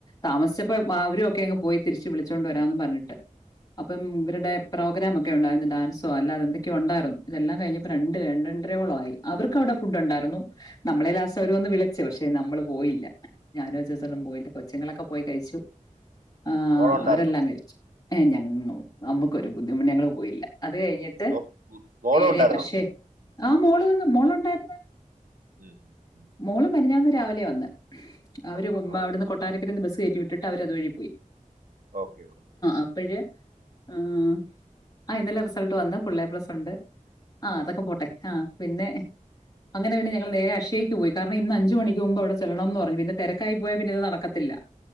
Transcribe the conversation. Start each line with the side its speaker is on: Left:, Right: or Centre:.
Left: താമസിച്ചപ്പോ അവരും ഒക്കെ അങ്ങ് പോയി തിരിച്ച് വിളിച്ചുകൊണ്ട് വരാമന്ന് പറഞ്ഞിട്ട് അപ്പം
Right: ഉം, ഉം.
Left: ഇവരുടെ പ്രോഗ്രാാം ഒക്കെ ഉണ്ടായിരുന്നു ഡാൻസ് അല്ലാതെന്തൊക്കെയ ഉണ്ടായിരുന്നു ഇതെല്ലാം കഴിഞ്ഞപ്പോ രണ്ട് രണ്ടരോളോ ആയി അവർക്ക് അവിടെ ഫുഡ് ഉണ്ടായിരുന്നു നമ്മളെ ലാസ അവര ഒന്ന് വിളിച്ചു പക്ഷെ നമ്മള് പോയില്ല ഞാനോജസൊന്നും പോയില്ല കൊച്ചുങ്ങളൊക്കെ പോയി കഴിച്ചു ആഹ്
Right: മോളുണ്ടായിരുന്നോ
Left: അവരെല്ലാം കഴിച്ചു ഏയ് ഞങ്ങ നമ്മുക്കൊരു ബുദ്ധിമുട്ട് ഞങ്ങള് പോയില്ല അത് കഴിഞ്ഞിട്ട്
Right: മോ- ഉം, മോളും
Left: <unintelligible>
Right: ഉണ്ടായിരുന്നോ
Left: ആ മോള് വന്ന് മോളുണ്ടായിരുന്ന്
Right: <unintelligible>
Left: മോള് മെനഞ്ഞാന്ന് രാവിലെയാവന്നെ അവര്
Right: വന്നു ആ
Left: അവിടുന്ന് കൊട്ടാരക്കരേൽന്ന് ബസ് കയറ്റി വിട്ടിട്ട് അവര് അത് വഴി പോയി
Right: ഓക്കെ ഓക്കെ
Left: അപ്പഴ് അഹ് ആ ഇന്നലെ റിസൾട്ട് വന്ന് ഫുള്ളേ പ്ലസ് ഉണ്ട് ആഹ് അതൊക്കെ പോട്ടെ
Right: ഉം,
Left: ആഹ് പിന്നെ അങ്ങനെ പിന്നെ ഞങ്ങ നേരെ അക്ഷയയ്ക്ക് പോയി കാരണം ഇന്നഞ്ച് മണിക്ക് മുമ്പ് അവിടെ ചെല്ലണംന്ന് പറഞ്ഞു പിന്നെതിരക്കായി പോയാ പിന്നെ ഇത് നടക്കത്തില്ല